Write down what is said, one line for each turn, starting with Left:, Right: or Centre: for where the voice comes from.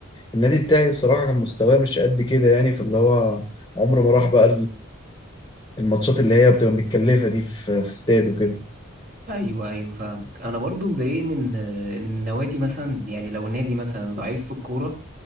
Left: النادي بتاعي بصراحة كان مستواه مش قد كده يعني فاللي هو عمره ما راح بقى الماتشات اللي هي بتبقى متكلفة دي في في استاد وكده
Right: أيوه أيوه فاهمك أنا برضو مضايقني إن آه، إن النوادي مثلا يعني لو النادي مثلا ضعيف في الكورة